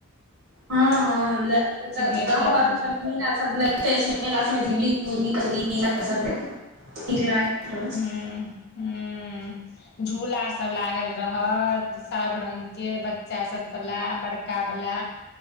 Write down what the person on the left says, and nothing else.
भेटत
हू हू झूला सब लागल रहत सब रंग के बच्चा सब बला बड़का बला